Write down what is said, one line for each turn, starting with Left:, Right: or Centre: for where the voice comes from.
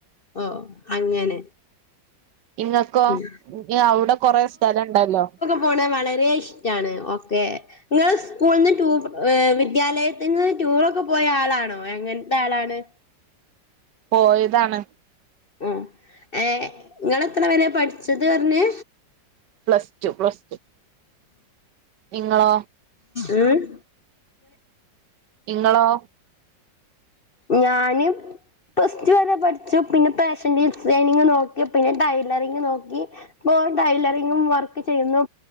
Left: ഓഹ് അങ്ങനെ.
Right: ഇങ്ങക്കോ
Left: ഉം
Right: ഇനി അവിടെ കൊറേ സ്ഥലണ്ടല്ലോ.
Left: പോണെ വളരെ ഇഷ്ടമാണ്. ഒക്കേ. നിങ്ങൾ സ്കൂളിൽ നിന്ന് ടൂർ ഏഹ് വിദ്യാലയത്തിൽ നിന്ന് ടൂറൊക്കെ പോയ ആളാണോ എങ്ങനത്തെ ആളാണ്?
Right: പോയതാണ്.
Left: ഉം ഏഹ് നിങ്ങള് എത്ര വരെ പഠിച്ചത് പറഞ്ഞേ.
Right: Plus two plus two. നിങ്ങളോ?
Left: ഉം
Right: ഇങ്ങളോ?
Left: ഞാന് പ്ലസ് ടു വരെ പഠിച്ചു പിന്നെ ഫാഷൻ ഡിസൈനിങ് നോക്കി പിന്നെ ടൈലറിങ് നോക്കി. മോൻ ടൈലറിങ്ങും വർക്ക് ചെയ്യുന്നു